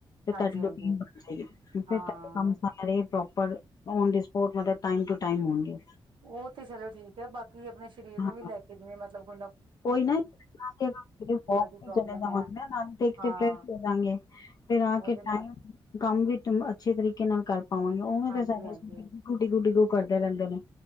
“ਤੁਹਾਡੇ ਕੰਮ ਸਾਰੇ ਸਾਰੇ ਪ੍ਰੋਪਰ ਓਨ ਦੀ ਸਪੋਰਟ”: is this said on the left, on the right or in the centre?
Left